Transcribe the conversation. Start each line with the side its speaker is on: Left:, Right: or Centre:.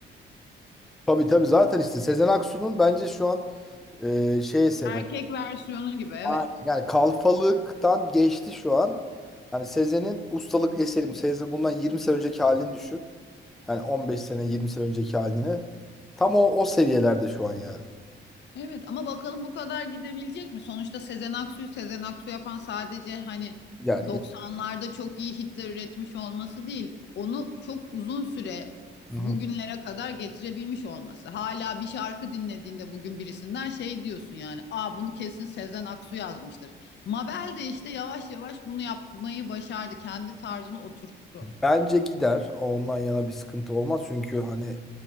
Centre: Tabii tabii zaten işte Sezen Aksu'nun bence şu an e, şey eseri.
Left: Erkek versiyonu gibi evet.
Centre: Aynen. Yani kalfalıktan geçti şu an. Hani Sezen'in ustalık eseri. Sezen bundan 20 sene önceki halini düşün. Yani 15 sene 20 sene önceki haline. Tam o, o seviyelerde şu an yani.
Left: Evet ama bakalım bu kadar gidebilecek mi? Sonuçta Sezen Aksu'yu Sezen Aksu yapan sadece hani
Centre: Gider gider.
Left: 90'larda çok iyi hitler üretmiş olması değil. Onu çok uzun süre
Centre: Hı
Left: bugünlere
Centre: hı.
Left: kadar getirebilmiş olması. Hala bir şarkı dinlediğinde bugün birisinden şey diyorsun yani. Aa bunu kesin Sezen Aksu yazmıştır. Mabel de işte yavaş yavaş bunu yapmayı başardı. Kendi tarzını oturttu.
Centre: Bence gider. Ondan yana bir sıkıntı olmaz. Çünkü hani e,